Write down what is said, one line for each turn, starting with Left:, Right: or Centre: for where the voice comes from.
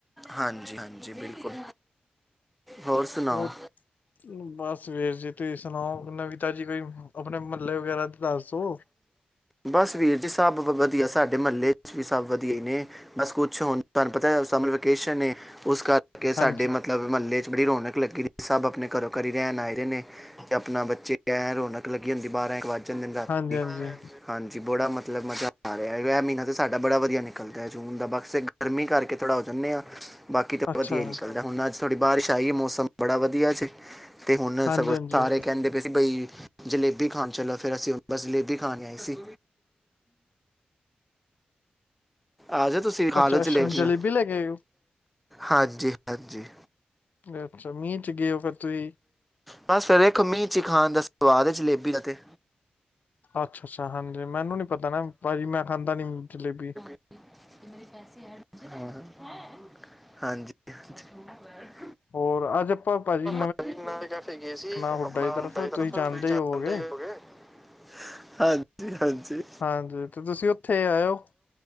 Centre: ਹਾਂਜੀ-ਹਾਂਜੀ, ਬਿਲਕੁਲ ਹੋਰ ਸੁਣਾਓ।
Left: ਉਹ ਬਸ ਵੀਰ ਜੀ ਤੁਸੀਂ ਸੁਣਾਓ ਨਵੀ ਤਾਜੀ ਕੋਈ ਆਪਣੇ ਮਹੱਲੇ ਵਗੈਰਾ ਦੱਸੋ।
Centre: ਬਸ ਵੀਰ ਜੀ ਸਭ ਵਧੀਆ, ਸਾਡੇ ਮਹੱਲੇ ਵਿੱਚ ਵੀ ਸਭ ਵਧੀਆ ਨੇ ਬਸ ਕੁਛ ਹੋਣ। ਤੁਹਾਨੂੰ ਪਤਾ ਸਮਰ ਵੈਕੇਸ਼ਨ ਨੇ, ਉਸ ਕਰਕੇ ਸਾਡੇ
Left: ਹਾਂਜੀ
Centre: ਮਤ ਮਤਲਬ ਮਹੱਲੇ ਚ ਬੜੀ ਰੌਣਕ ਲੱਗੀ, ਸਭ ਆਪਣੇ ਘਰੋਂ ਘਰੀ ਰਹਿਣ ਆਏ ਦੇ ਨੇ, ਆਪਣਾ ਬੱਚੇ ਰੌਣਕ ਲਗੀ ਹੁੰਦੀ ਏ, ਬਾਂਰਾਂ-ਇਕ ਵਜ ਤਿੰਨ ਦਿਨ ਰਾਤੀ
Left: ਹਾਂਜੀ ਹਾਂਜੀ
Centre: ਹਾਂਜੀ, ਬੋੜਾ ਮਤਲਬ ਮਜ਼ਾ ਆ ਰਿਹਾ। ਇਹ ਮਹੀਨਾ ਤਾਂ ਸਾਡਾ ਬੜਾ ਵਧੀਆ ਨਿਕਲਦਾ ਐ ਜੂਨ ਦਾ, ਬਸ ਇਕ ਗਰਮੀ ਕਰਕੇ ਥੋੜ੍ਹਾ ਹੋ ਜਾਂਨੇ ਆ, ਬਾਕੀ ਤਾਂ
Left: ਅੱਛਾ
Centre: ਵਧੀਆ ਹੀ ਨਿਕਲਦਾ ਹੁਣ ਅੱਜ਼ ਥੋੜੀ ਬਾਰਿਸ਼ ਆਈ ਏ, ਮੌਸਮ ਬੜਾ ਵਧੀਆ ਸੀ, ਤੇ ਹੁਣ
Left: ਹਾਂਜੀ
Centre: ਸਗੋਂ
Left: ਹਾਂਜੀ
Centre: ਸਾਰੇ ਕਹਿੰਦੇ ਬਈ ਜਲੇਬੀ ਖਾਨ ਚਲੋ ਫੇਰ ਅਸੀਂ ਬਸ ਜਲੇਬੀ ਖਾਨ ਆਏ ਸੀ। ਆਜੋ ਤੁਸੀਂ ਖਾਲੋ
Left: ਅੱਛਾ ਅੱਛਾ
Centre: ਜਲੇਬੀਆਂ,
Left: ਜਲੇਬੀ ਲੈ ਕੇ ਗਏ
Centre: ਹਾਂਜੀ-ਹਾਂਜੀ।
Left: ਅੱਛਾ, ਮੀਂਹ ਚ ਗਏ ਓ ਫਿਰ। ਤੁਸੀਂ
Centre: ਬਸ ਫਿਰ ਵੇਖੋ ਮੀਂਹ ਚ ਈ ਖਾਨ ਦਾ ਸਵਾਦ ਏ ਜਲੇਬੀ ਦਾ ਤੇ।
Left: ਅੱਛਾ-ਅੱਛਾ ਹਾਂਜੀ, ਮੈਨੂੰ ਨੀ ਪਤਾ ਨਾ ਭਾਜੀ ਮੈਂ ਖਾਂਦਾ ਨੀ ਜਲੇਬੀ।
Centre: ਹਾਂਜੀ-ਹਾਂਜੀ।
Left: ਹੋਰ ਅੱਜ ਆਪਾਂ ਭਾਜੀ
Centre: ਨਵੇਂ ਕੈਫੇ ਗਏ ਸੀ
Left: ਹੁੱਡਾ
Centre: ਆਪਣਾ
Left: ਦੀ ਤਰਫ
Centre: <unintelligible>
Left: ਤੁਸੀਂ ਜਾਣਦੇ ਹੀ ਹੋਵੋਗੇ।
Centre: ਹਾਂਜੀ-ਹਾਂਜੀ।
Left: ਹਾਂਜੀ ਤੇ ਤੁਸੀਂ ਉੱਥੇ ਆਇਓ